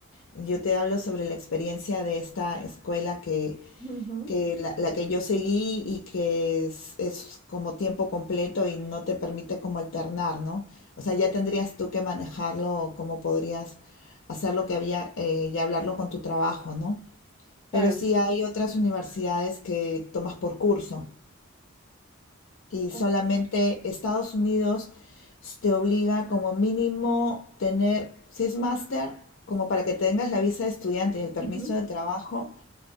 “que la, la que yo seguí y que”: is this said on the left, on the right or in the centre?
Left